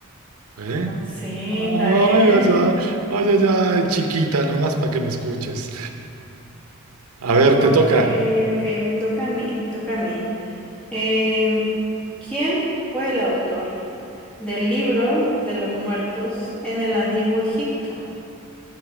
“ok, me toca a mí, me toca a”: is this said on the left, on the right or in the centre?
Centre